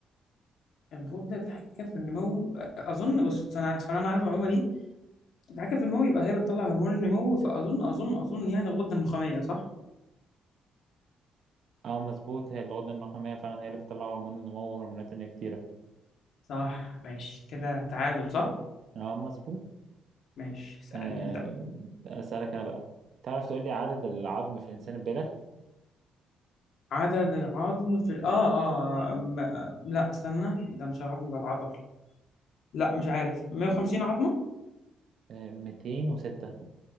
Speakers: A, on the left (about 70°); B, on the right (about 60°).
A: الغدة بتتحكم في النمو آه، اظن بص انا عشان انا عارف المعلومة دي بتتحكم في النمو يبقى هي بتطلع هرمون النمو فاظن اظن اظن يعني الغدة النخامية صح
B: اه مظبوط هي الغدة النخامية فعلا هي اللي بتطلع هرمون النمو وهرمونات تانية كتيرة
A: صح ماشي كده تعادل صح
B: اه مظبوط
A: ماشي اسألني
B: آه،
A: انت
B: أسألك أنا بقى تعرف تقول لي عدد العظم في الإنسان البالغ؟
A: عضل العظم في ال... اه اه آه، م... آه، لا استنى ده مش العظم ده العضل لا مش عارف 150 عظمة
B: آه، 206